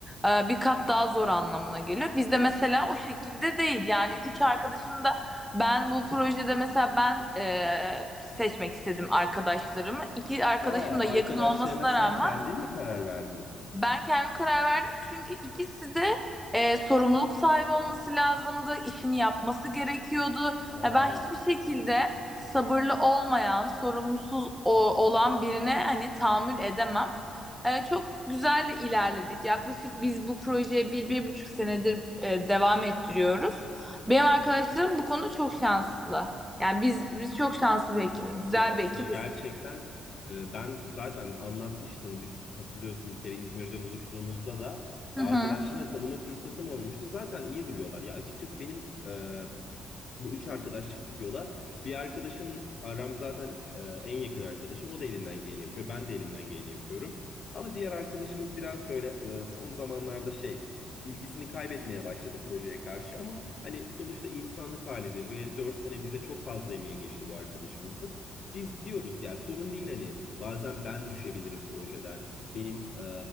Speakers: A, in the centre; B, on the left.
A: e, bir kat daha zor anlamına geliyor. Bizde mesela o şekilde değil yani üç arkadaşım da ben bu projede mesela ben e, seçmek istedim arkadaşlarımı. İki arkadaşım
B: Aa
A: da yakın
B: arkadaşlarına
A: olmasına
B: sen
A: rağmen
B: kendin mi karar verdin?
A: ben kendim karar verdim çünkü ikisi de e, sorumluluk sahibi olması lazımdı, işini yapması gerekiyordu. Ha,
B: Aa
A: ben hiçbir şekilde sabırlı olmayan, sorumsuz o- olan birine hani tahammül edemem. E, çok güzel de ilerledik. Yaklaşık biz bu projeye bir, bir buçuk senedir e, devam ettiriyoruz. Benim arkadaşlarım bu konuda çok şanslı. Yani biz biz çok şanslı bir ekibiz, güzel
B: Ya
A: bir
B: siz
A: ekibiz.
B: gerçekten e, ben zaten anlatmıştım biz hatırlıyorsun bir kere İzmir'de buluştuğumuzda da
A: Hı
B: e, arkadaşlarına
A: hı.
B: tanıma fırsatım olmuştu. Zaten iyi duruyorlar. Ya açıkçası benim e, bu üç arkadaş çıktık yola. Bir arkadaşım Aram zaten e, en yakın arkadaşım. O da elinden geleni yapıyor. Ben de elimden geleni yapıyorum. Ama diğer arkadaşımız biraz böyle e, son zamanlarda şey ilgisini kaybetmeye başladı projeye karşı ama hani sonuçta insanlık halidir ve 4 sene bize çok fazla emeği geçti bu arkadaşımızın. Biz diyoruz yani sorun değil hani bazen ben düşebilirim projeden. Benim e,